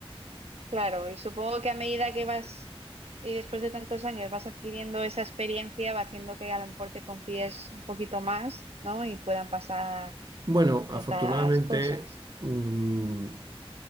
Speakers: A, on the right; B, on the right.
A: Claro, y supongo que a medida que vas y después de tantos años vas adquiriendo esa experiencia, va haciendo que a lo mejor te confíes un poquito más, ¿no? Y puedan pasar
B: Bueno, afortunadamente,
A: estas cosas.
B: mm,